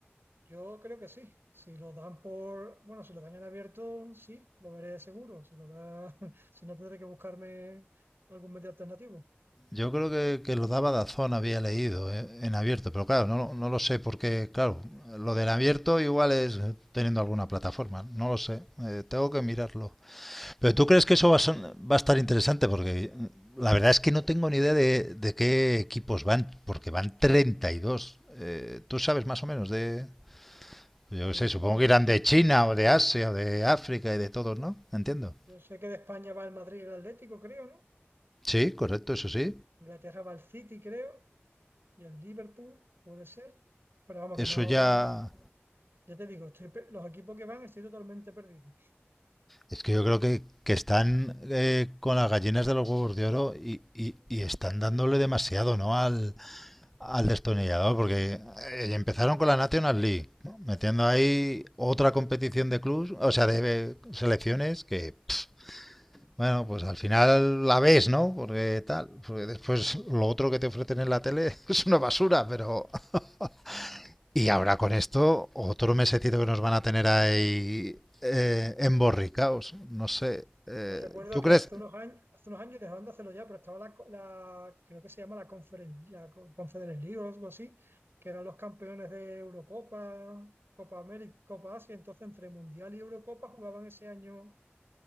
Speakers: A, on the right; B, in the centre.
A: Yo creo que sí. Si lo dan por, bueno, si lo dan en abierto, sí, lo veré seguro. Si lo da, <laughs> si no tendré que buscarme algún medio alternativo.
B: Yo creo que, que lo daba Dazón, había leído eh, en abierto, pero claro, no, no lo sé porque, claro, lo del abierto igual es eh, teniendo alguna plataforma, no lo sé, eh, tengo
A: Claro.
B: que mirarlo. Pero tú crees que eso va a, son- va a estar interesante porque la verdad es que no tengo ni idea de, de qué equipos van, porque van 32. Eh, ¿tú sabes más o menos de...? Yo
A: Y
B: qué sé, supongo
A: vamos,
B: que
A: yo,
B: irán de
A: yo-
B: China o de Asia o de África y de todos, ¿no? Entiendo.
A: yo sé que de España va el Madrid y el Atlético, creo, ¿no?
B: Sí, correcto, eso sí.
A: Inglaterra va el City, creo, y el Liverpool, puede ser. Pero vamos,
B: Eso
A: que no,
B: ya...
A: ya te digo, estoy pe- los equipos que van estoy totalmente perdido.
B: Es que yo creo que, que están eh, con las gallinas de los huevos de oro y, y- y están dándole demasiado, ¿no? Al, al destornillador, porque eh, empezaron con la National League, ¿no? metiendo ahí otra competición de clubs o sea, de, selecciones que, pff, bueno, pues al final la ves, ¿no? Porque tal, porque después lo otro que te ofrecen en la tele <laughs> es una basura, pero... <laughs> y ahora con esto, otro mesecito que nos van a tener ahí eh, emborricaos, no sé. Eh,
A: Yo recuerdo
B: ¿Tú
A: que
B: crees?
A: hace unos años, hace unos años dejaron de hacerlo ya, pero estaba la, co- la- creo que se llama la Conferencia, la Co- Conference League o algo así, que eran los campeones de Eurocopa, Copa América, Copa Asia, entonces entre Mundial y Eurocopa jugaban ese año